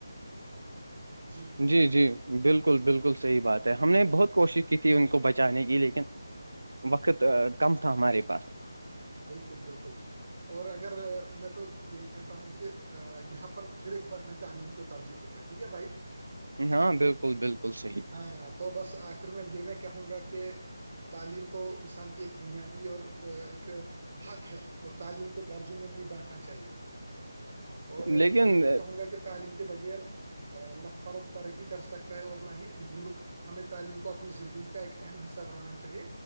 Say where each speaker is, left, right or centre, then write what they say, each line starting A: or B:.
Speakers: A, on the right; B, on the right.
A: جی
B: جی جی بالکل بالکل صحیح بات ہے ہم نے بہت کوشش کی تھی ان کو بچانے کی لیکن وقت کم تھا ہمارے پاس
A: بالکل بالکل اور اگر میں تو یہی کہتا ہوں کہ یہاں پر پھر ایک بار میں تعلیم کو ترجی دوں گا ٹھیک ہے بھائی
B: ہاں بالکل بالکل صحی <unintelligible>
A: ہاں تو بس آخر میں یہ میں کہوں گا کہ <unintelligible> تعلیم تو انسان کی ایک بنیادی اور ایک <unintelligible> حق ہے اور تعلیم کو درجوں میں نہیں بانٹنا چاہیے <unintelligible> اور
B: لیکن
A: یہ بھی کیا ہووں گا کہ <unintelligible> تعلیم کے بغیر نہ فرد ترقی کر سکتا ہے اور نہ ہی ملک <unintelligible> ہمیں تعلیم کو اپنی زندگی کا ایک اہم حصہ بنانا چاہیے